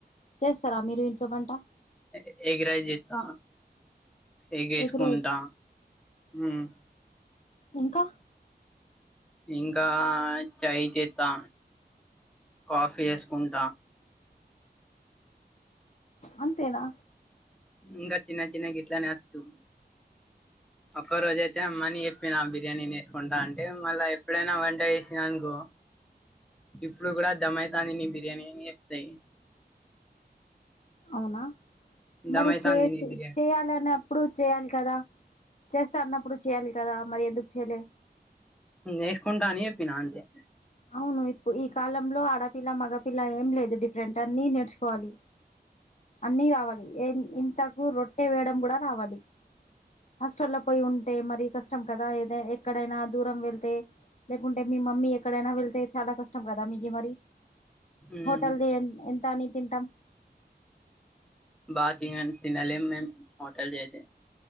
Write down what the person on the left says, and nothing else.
చేస్తారా మీరు ఇంట్లో పంట
ఎగ్ రైస్
ఇంకా
అంతేనా
అవునా మరి
చేసి
చేయాలని అప్పుడు చేయాలి కదా. చేస్తా అన్నప్పుడు చెయాలి కదా మరి ఎందుకు చేయలే?
అవును ఇప్పుడు ఈ కాలంలో ఆ ఆడపిల్ల, మగపిల్ల ఏం లేదు డిఫరెట్ అన్ని నేర్చుకోవాలి. అన్నీ రావాలి ఏది ఇంతకు రొట్టె వేయడం కూడా రావాలి. హాస్టల్లో పోయి ఉంటే మరి కష్టం కదా ఏదై ఎక్కడైనా దూరం వెళ్తే లేకుంటే మీ మమ్మీ ఎక్కడైనా వెళ్తే చాలా కష్టం కదా మీకి మరి
హోటల్ది ఎ ఎంతని తింటాం.